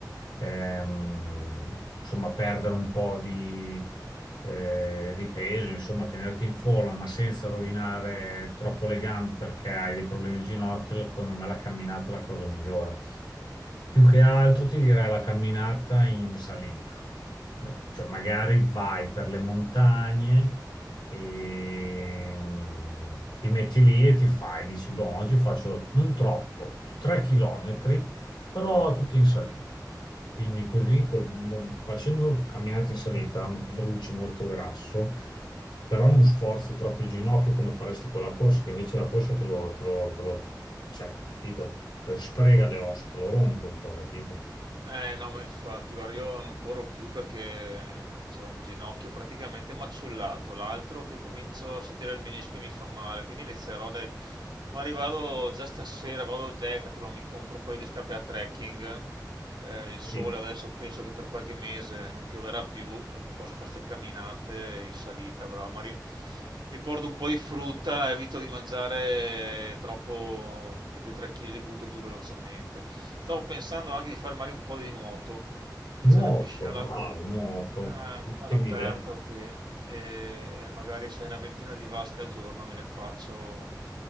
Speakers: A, on the left (about 75°); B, on the right (about 85°).
A: ehm, insomma, perdere un po' di, eh, di peso, insomma, tenerti in forma, ma senza rovinare troppo le gambe perché hai dei problemi al ginocchio, secondo me la camminata è la cosa migliore. Più che altro ti direi la camminata in salita. Cioè, magari vai per le montagne e mm, ti metti lì e ti fai, dici, boh, oggi faccio non troppo, 3 chilometri, però tutti in salita. Quindi così, col- mo- facendo camminate in salita, bruci molto grasso, però non sforzi troppo il ginocchio come faresti con la corsa, che invece la corsa te lo, te lo, te lo- cioè, capito? Te lo sfrega le ossa, te lo rompe un po', capito?
B: Eh no, ma infatti, guarda, io non corro più perché ho un ginocchio praticamente maciullato, l'altro che comincio a sentire il menisco e mi fa male, quindi inizierò dai... Ma arrivado già stasera, vado al Decathlon, mi compro un paio di scarpe a trekking eh, il sole
A: Sì.
B: adesso penso che per qualche mese non pioverà più e mi posso fare queste camminate in salita, bravo. Ma ri- mi porto un po' di frutta, evito di mangiare troppo e 2-3 kg li butto giù velocemente. Stavo pensando anche di fare magari un po' di nuoto, che
A: Nuoto,
B: c'è una piscina alla-
A: bravo, nuoto.
B: eh,
A: Ottima
B: all'aperto
A: idea.
B: qui e magari sai una ventina di vasche al giorno me le faccio